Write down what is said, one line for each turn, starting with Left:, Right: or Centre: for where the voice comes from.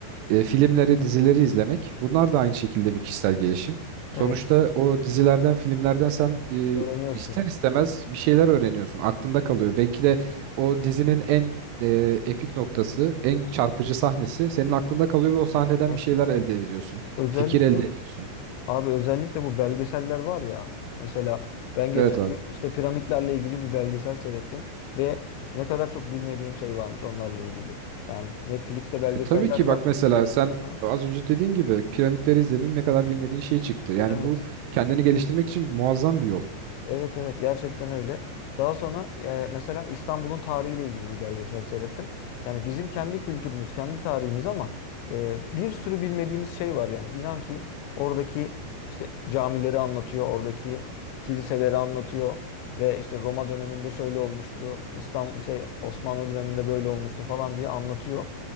Right: e, filmleri, dizileri izlemek. Bunlar da aynı şekilde bir kişisel gelişim. Sonuçta
Left: Evet.
Right: o dizilerden, filmlerden sen e,
Left: Öğreniyorsun.
Right: ister istemez bir şeyler öğreniyorsun. Aklında kalıyor. Belki de o dizinin en e, epik noktası, en çarpıcı sahnesi senin aklında kalıyor ve o sahneden
Left: Evet.
Right: bir şeyler elde ediyorsun.
Left: Özellikle
Right: Fikir elde ediyorsun.
Left: abi özellikle bu belgeseller var ya. Mesela ben geçen
Right: Evet
Left: gün işte piramitlerle ilgili bir belgesel seyrettim ve ne kadar çok bilmediğim şey varmış onlarla ilgili. Yani Netflix'te belgeseller
Right: E, tabii ki
Left: var.
Right: bak mesela sen
Left: Aha.
Right: az önce dediğin gibi piramitleri izledin ne kadar bilmediğin şey çıktı. Yani
Left: Evet.
Right: bu kendini geliştirmek için muazzam bir yol.
Left: Evet evet gerçekten öyle. Daha sonra e, mesela İstanbul'un tarihiyle ilgili bir belgesel seyrettim. Yani bizim kendi kültürümüz, kendi tarihimiz ama e, bir sürü bilmediğimiz şey var yani. İnan ki oradaki işte camileri anlatıyor, oradaki kiliseleri anlatıyor ve işte Roma döneminde şöyle olmuştu, İstanbul şey Osmanlı döneminde böyle olmuştu falan diye anlatıyor.